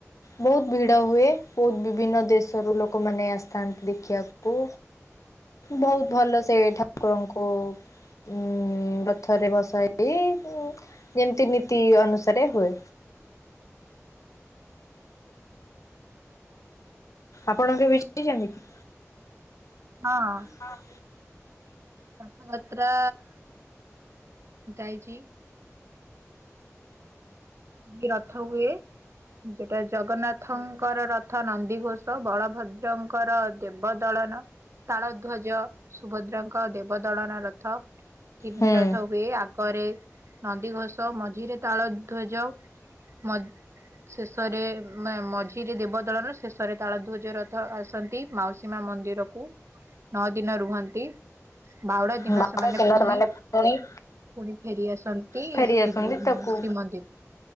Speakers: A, on the left (about 70°); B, on the right (about 55°).
A: ବହୁତ ଭିଡ ହୁଏ ବହୁତ୍ ବି ଭିନ୍ନ ଦେଶରୁ ଲୋକମାନେ ଆସଥାନ୍ତି ଦେଖିଆକୁ। ବହୁତ୍ ଭଲ ସେ ଠାକୁରଙ୍କୁ ଉଁ ରଥରେ ବସା ହେଇ ଯେମତି ନୀତି ଅନୁସାରେ ହୁଏ। ଆପଣ କେବେ ଯାଇଚନ୍ତି?
B: ହଁ।
A: ହଁ।
B: ରଥଯାତ୍ରା ଯାଇଚି। କି ରଥ ହୁଏ ଯୋଉଟା ଜଗନ୍ନାଥ୍ ଥଙ୍କର ରଥ ନନ୍ଦିଘୋଷ ବଳଭଦ୍ରଙ୍କର ଦେବ ଦଳନ। ତାଳଧ୍ୱଜ ସୁଭଦ୍ରାଙ୍କ ଦେବ ଦଳନ ରଥ ତିନି
A: ହୁଁ
B: ରଥ ହୁଏ। କରେ ନନ୍ଦି ଘୋଷ ମଝିରେ ତାଳ ଧ୍ୱଜ ମଝ୍ ଶେଷରେ ନା ମଝି ତିରେ ଦେବଦଳନ ଶେଷରେ ତାଳ ଧ୍ୱଜ ରଥ ଆସନ୍ତି ମାଉସୀ ମା ମନ୍ଦିରକୁ। ନଅ ଦିନ ରୁହନ୍ତି ବାଉଡ଼ା ଦିନ
A: ବାର
B: ସେମାନେ
A: କିନ୍ନର
B: ପୁଣି
A: ମାନେ ପୁଣି
B: ପୁଣି ଫେରି ଆସନ୍ତି
A: ଫେରି
B: ଶ୍ରୀଗୁନିସ୍
A: ଆସନ୍ତି ତାକୁ
B: ଶ୍ରୀମନ୍ଦି